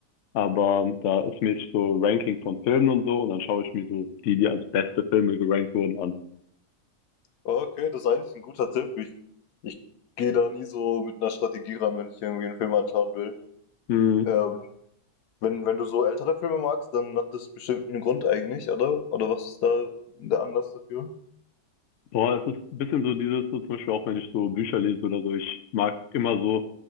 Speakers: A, on the left (about 65°); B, on the left (about 85°).
A: aber da ist mir so Ranking von Filmen und so und dann schaue ich mir so die, die als beste Filme gerankt wurden an.
B: Okay, das ist eigentlich ein guter Tipp. Ich, ich gehe da nie so mit einer Strategie ran, wenn ich irgendwie einen Film anschauen will.
A: Hm,
B: Ähm, wenn, wenn du so ältere Filme magst, dann hat das bestimmt einen Grund eigentlich, oder? Oder was ist da der Anlass dafür?
A: Boah, es ist ein bisschen so dieses, so zum Beispiel auch wenn ich so Bücher lese oder so, ich mag immer so